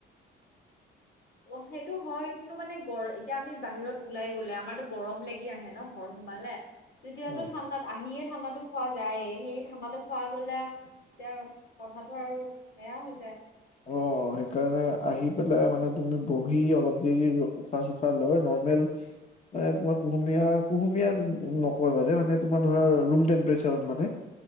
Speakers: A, on the left (about 85°); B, on the left (about 35°).
A: অ সেইটো হয় কিন্তু মানে গ এতিয়া আমি বাহিৰত ওলাই গলে আমাৰতো গৰম লাগি আহে ন ঘৰ সোমালে। তেতিয়াতো
B: উম
A: ঠাশুাত আহিয়ে ঠাণ্ডা খোৱা যায় সেই ঠাণ্ডা খুৱোৱা গলে তেতিয়া কথাতটো আৰু বেয়া হৈ যায়।
B: অ সেইকাৰণে আহি পেলাই মানে তুমি বহি অলপ দেৰি উশাহ- চোশাহ লৈ ন নমেল মানে তোমাৰ কুহুমীয়া কুহুমীয়া নকয় মানে তোমাৰ ধৰা ৰুম টেম্পেচাৰত মানে